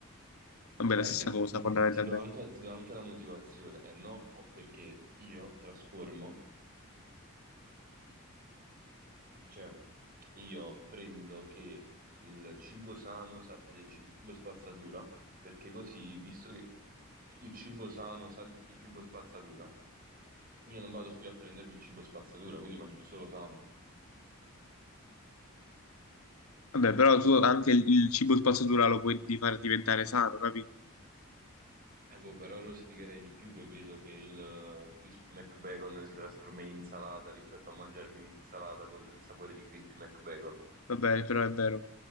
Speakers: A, on the left (about 80°); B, on the right (about 40°).
A: vabbè,
B: Eh,
A: la stessa
B: ti,
A: cosa fondamentalmente.
B: ti- ti do anche, ti do anche la motivazione, e no perché io trasformo Cioè, io prendo che il cibo sano sappia del cibo spazzatura, perché così, visto che il cibo sano sa di cibo spazzatura, io non vado più a prendermi il cibo spazzatura, quindi mangio solo sano.
A: Vabbè, però tu anche il, il cibo spazzatura lo puoi di far diventare sano, capito?
B: Eh, boh, però rosicherei di più che vedo che il eh, Crispy McBacon si trasforma in insalata rispetto a mangiarmi l'insalata con il sapore di Crispy McBacon,
A: Vabbè, però è vero.